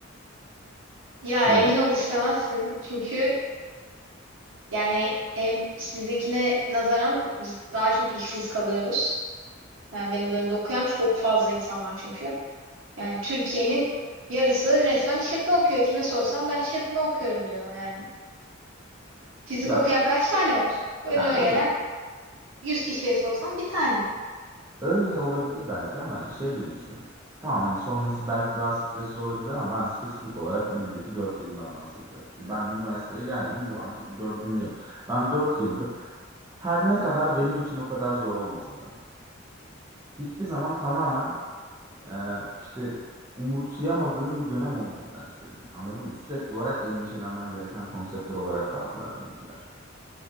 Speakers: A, on the right; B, on the right.
A: Ya
B: Yani
A: emin ol istemezsin çünkü Yani hem sizinkine nazaran biz daha çok işsiz kalıyoruz. Yani benim bölümde okuyan çok fazla insan var çünkü. Yani Türkiye'nin yarısı resmen işletme okuyor. Kime sorsam ben işletme okuyorum diyor yani. Fizik
B: ya
A: okuyan kaç tane var? Önüme
B: ya öyle
A: gelen 100 kişiye sorsam bir tane.
B: Öyle olabilir belki ama şey de düşün. Tamam hani sonrası belki daha stresli olabilir ama ben spesifik olarak önümdeki 4 yıldan bahsediyorum. Şimdi ben üniversiteye geldim bu artık dördüncüm. Ben 4 yıldır her ne kadar benim için o kadar zor olmasa da hiçbir zaman tamamen e, işte umursayamadığım bir dönem olmadı derslerim. Anladın mı? Sürekli olarak endişelenmen gereken konseptler olarak kaldılar benimkiler.